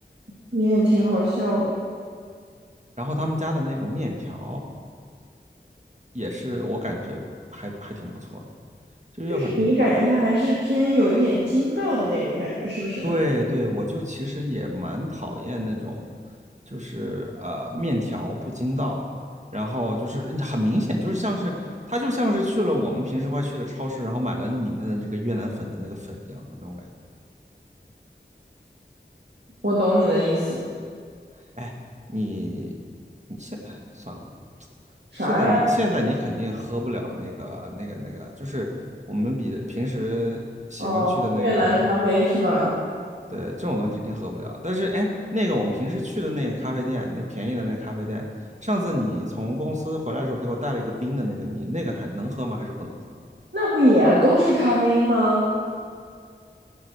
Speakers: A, on the right (about 65°); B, on the right (about 40°).
A: 你也挺好笑的。
B: 然后他们家的那个面条也是我感觉还还挺不错的，就又很
A: 就是你感觉它还是偏有一点筋道的那种感觉，是不是？
B: 对对，我就其实也蛮讨厌那种，就是呃面条不筋道，然后就是很明显就是像是他就像是去了我们平时会去的超市，然后买了里面的这个越南粉的那个粉一样的那种感觉。
A: 我懂你的意思，
B: 哎，你你现哎算了，
A: 啥呀？
B: 现在你现在你肯定喝不了那个那个那个，就是我们比平时喜欢去的那个。
A: 哦，越南咖啡是吧？
B: 对，这种东西肯定喝不了。但是，哎，那个我们平时去的那个咖啡店，那便宜的那咖啡店，上次你从公司回来的时候给我带了一个冰的那个，你那个还能喝吗？还是不能喝？
A: 那不也都是咖啡因吗？